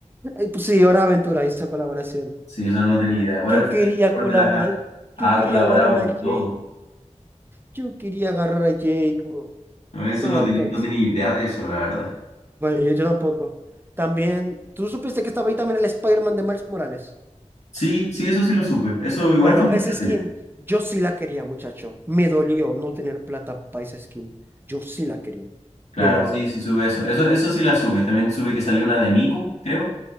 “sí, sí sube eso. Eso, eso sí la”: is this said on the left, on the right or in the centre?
Left